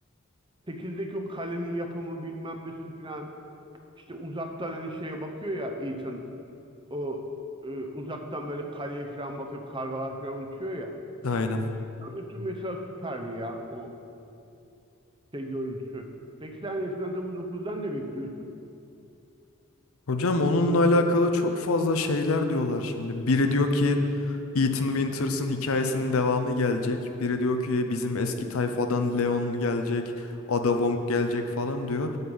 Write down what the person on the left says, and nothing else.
Aynen.
Hocam onunla alakalı çok fazla şeyler diyorlar şimdi. Biri diyor ki Ethan Winters'ın hikayesinin devamı gelecek. Biri diyor ki bizim eski tayfadan Leon gelecek, Ada Wong gelecek falan diyor.